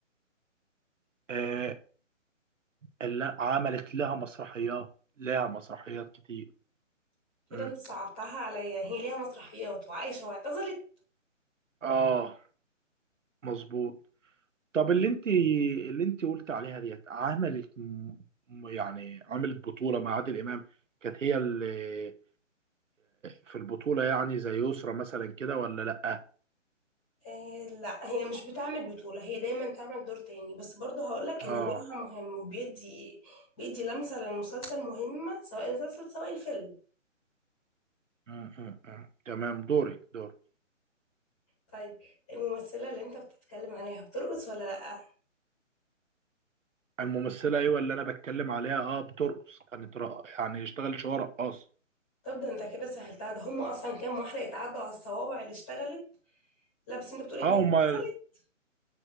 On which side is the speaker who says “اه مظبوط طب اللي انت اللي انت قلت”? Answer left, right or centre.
Right